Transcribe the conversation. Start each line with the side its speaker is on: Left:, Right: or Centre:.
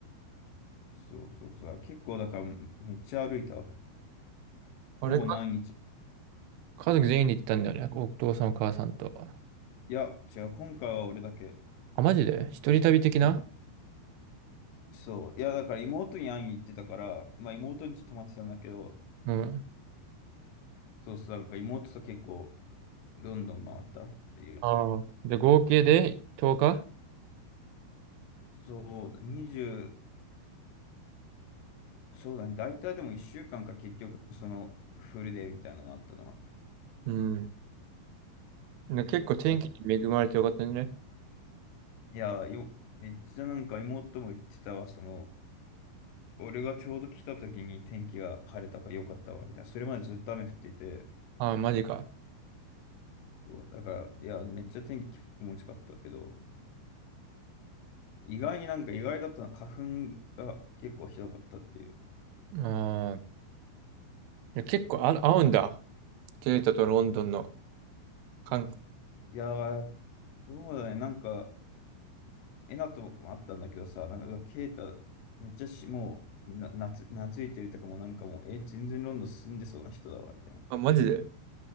Left: そうそうそう。結構だから、めっちゃ歩いたわ。ほぼ毎日。
Right: あれか家族全員で行ったんだよね。お父さんお母さんと。
Left: いや、違う、今回は俺だけ。
Right: あ、マジで一人旅的な
Left: そうそう。いや、だから妹に会いに行ってたから、まあ妹に泊まってたんだけど、
Right: うん。
Left: そうそう、だから妹と結構ロンドン回ったっていう。
Right: ああ。で、合計で10日
Left: そうだ、20、そうだね、大体でも1週間かんか結局、その、フルデーみたいなのあったのは。
Right: うん。ね結構天気に恵まれてよかったね。
Left: なんか、いや、よ、めっちゃなんか妹も言ってたわ、その、俺がちょうど来た時に天気が晴れたから良かったわ、みたいな。それまでずっと雨降ってて、
Right: ああ、マジか。
Left: そう、だから、いや、めっちゃ天気気持ちよかったけど、意外になんか意外だったのは花粉が結構ひどかったっていう。
Right: ああ、結構あ、合うんだ。ケイタとロンドンの感。
Left: いやー、そうだね、なんか、えなともあったんだけどさ、なんか、ケイタ、めっちゃし、もう、な、なつ、懐いてるとかもうなんかもう、え、全然ロンドン住んでそうな人だわ、みたいな。
Right: あ、マジで。